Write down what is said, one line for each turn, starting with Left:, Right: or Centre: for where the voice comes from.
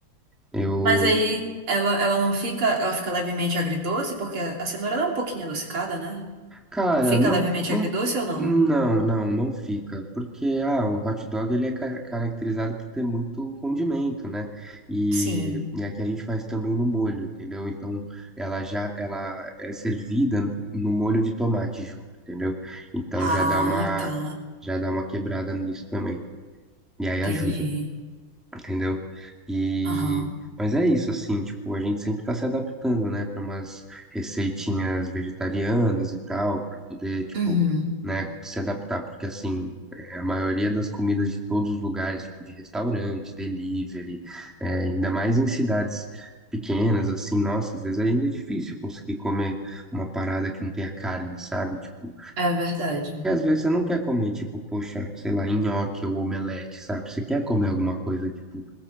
Centre: Eu
Right: Mas aí ela, ela não fica, ela fica levemente agridoce, porque a a cenoura ela é um pouquinho adocicada, né?
Centre: Cara,
Right: Fica
Centre: não,
Right: levemente
Centre: não,
Right: agridoce ou não?
Centre: não, não, não fica, porque ah, o hot dog ele é ca- caracterizado por ter muito condimento, né? E,
Right: Sim.
Centre: e aqui a gente faz também no molho, entendeu? Então ela já ela é servida no molho de tomate junto, entendeu? Então
Right: Ah,
Centre: já dá uma
Right: tá.
Centre: já dá uma quebrada nisso também. E aí
Right: Entendi.
Centre: ajuda entendeu? E
Right: Aham.
Centre: mas é isso assim, tipo, a gente sempre tá se adaptando, né, para umas receitinhas vegetarianas e tal, para poder, tipo,
Right: Uhum.
Centre: né, se adaptar, porque assim, é, a maioria das comidas de todos os lugares, tipo de restaurante, delivery, é, ainda mais em cidades pequenas assim, nossa, às vezes ainda é difícil conseguir comer uma parada que não tenha carne, sabe? Tipo,
Right: É verdade.
Centre: e às vezes você não quer comer, tipo, poxa, sei lá, nhoque ou omelete, sabe? Você quer comer alguma coisa, tipo,